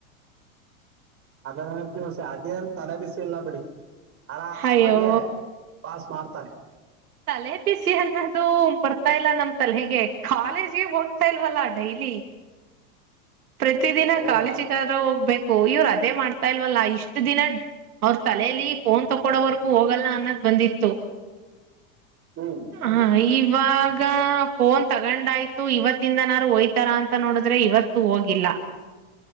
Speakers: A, on the right; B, on the right.
A: ಅದ ಅದೇನ್ ತಲೆಬಸಿ ಎಲ್ಲ ಬಿಡಿ ಆರಾಮಾಗೆ
B: ಅಯ್ಯೋ
A: ಪಾಸ್ ಮಾಡ್ತಾರೆ
B: ತಲೆ ಬಿಸಿ ಅನ್ನೋದು ಬರ್ತಾ ಇಲ್ಲ ನಮ್ಗ್ ತಲೆಗೆ ಕಾಲೇಜ್ ಗೆ ಹೋಗ್ತಿಲ್ವಲ್ಲ ಡೈಲಿ ಪ್ರತಿ ದಿನ
A: ಹೌದಾ
B: ಕಾಲೇಜಿಗಾರ ಹೋಗ್ಬೇಕು ಓ ಇವ್ರ್ ಅದೇ ಮಾಡ್ತಾ ಇಲ್ವಲ್ಲ ಇಷ್ಟ್ ದಿನ ಅವ್ರ ತಲಲಿ ಫೋನ್ ತಕೊಡೋವರ್ಗೂ ಹೋಗಲ್ಲ ಅನ್ನೋದ್ ಬಂದಿತ್ತು
A: ಹ್ಮ್
B: ಹಾ ಈ ಇವಾಗ ಫೋನ್ ತಗೊಂಡಾಯ್ತು ಇವತ್ತಿಂದನಾರು ಹೋಯ್ತಾರಾ ಅಂತ ನೋಡಿದ್ರೆ ಇವತ್ತು ಹೋಗಿಲ್ಲ